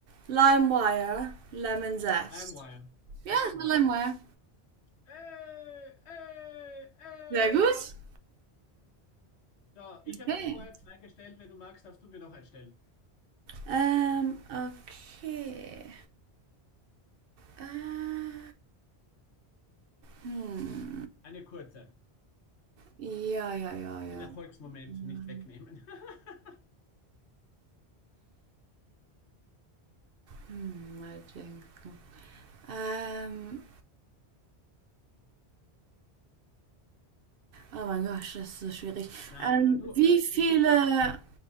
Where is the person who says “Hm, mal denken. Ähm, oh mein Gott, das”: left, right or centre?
Right